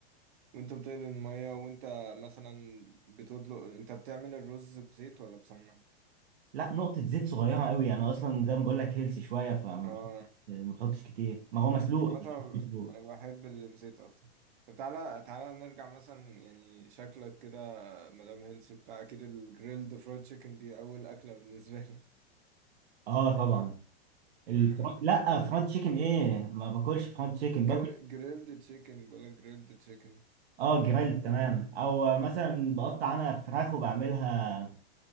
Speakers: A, on the right (about 50°); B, on the right (about 70°).
A: وانت بتقلي المية وانت مثلا بتطلق انت بتعمل الرز بزيت ولا بسمنة؟
B: لا نقطة زيت صغيرة قوي انا اصلا زي ما بقول لك هيلسي شوية فما
A: اه
B: بحطش ما بحطش كتير ما هو مسلوق
A: عامة
B: أنا بحبه مسلوق
A: انا بحب اللي بزيت اكتر طب تعالى تعالى نرجع مثلا يعني شكلك كده مدام هيلسي بتاع اكيد الجريلد فرايد تشيكن دي اول اكلة بالنسبة لي
B: اه طبعا الفرن...
A: <laughs>
B: لا فرونت تشيكن ايه ما باكلش فرونت تشيكن
A: جر...
B: باكل
A: جريلد تشيكن بقولك جريلد تشيكن
B: اه جريل تمام او مثلا بقطع انا فراخ وبعملها